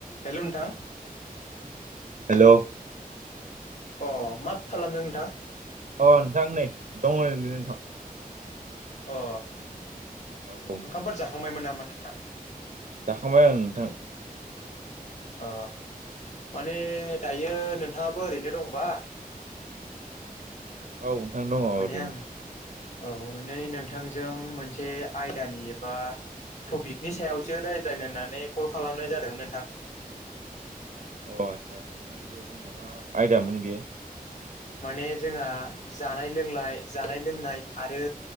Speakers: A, on the left; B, on the right.
A: हेल' नोंथां
B: हेल'
A: अ मा खालामदों नोंथां
B: अ नोंथां नै दङ' ओरैनो नोंथां
A: अ
B: औ नोंथां
A: ओंखामफोर जाखांबायमोन नामा नोंथां
B: जाखांबाय ओं नोंथां
A: अ माने दायो नोंथाङाबो ओरैनो दंबा
B: औ नोंथां दङ ओरैनो
A: माने आं औ माने नोंथांजों मोनसे आयदानि एबा टपिकनि सायावसो रायज्लायनो होननानै कल खालामनाय जादोंमोन नोंथां
B: अ आस्सा नोंथां दे बुंलाय मा आयदामोन बेयो
A: माने जोंहा जानाय लोंनाय जानाय लोंनाय आरो